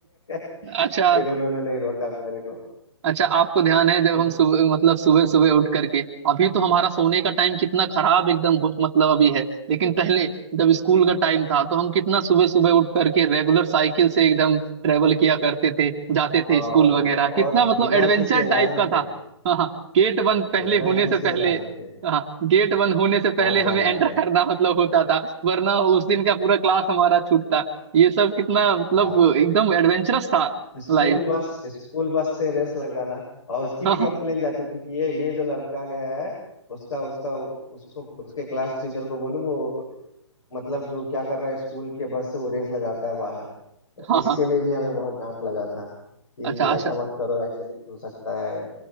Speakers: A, on the left; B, on the right.
A: <laughs>
B: अच्छा
A: फिर उन्होंने नहीं रोका मेरे को
B: अच्छा आपको ध्यान है जब
A: फिर-
B: हम सुबह मतलब सुबह सुबह उठ करके अभी तो हमारा सोने का टाइम कितना खराब एकदम हो- मतलब अभी है लेकिन पहले जब स्कूल का टाइम था तो हम कितना सुबह सुबह उठ करके रेगुलर साइकिल से एकदम ट्रेवल किया करते थे जाते थे
A: हाँ,
B: स्कूल
A: और वो
B: वगैरह कितना
A: और
B: मतलब
A: बिना
B: एडवेंचर
A: किसी अलार्म
B: टाइप का
A: के
B: था हाँ गेट बंद पहले
A: बिना
B: होने
A: किसी
B: से पहले
A: अलार्म के
B: हाँ गेट बंद होने से
A: पहुंच
B: पहले हमें
A: जाना
B: एंटर
A: अंदर
B: करना मतलब होता था वरना उस दिन का पूरा क्लास हमारा छूटता ये सब कितना मतलब
A: हाँ।
B: एकदम एडवेंचरस था
A: स्कूल
B: लाइफ
A: बस स्कूल बस से रेस लगाना और उसकी
B: हाँ
A: भी कंप्लेन
B: हाँ
A: जाती थी कि ये ये जो लड़का गया है उसका उसका उसको उसके क्लास टीचर को बोलो वो मतलब जो क्या कर रहा है स्कूल के बस से वो रेस लगाता है बाहर
B: हाँ,
A: इसके
B: हाँ।
A: लिए भी हमें बहुत डांट लगा था कि
B: अच्छा अच्छा
A: ऐसा मत करो एक्सीडेंट हो सकता है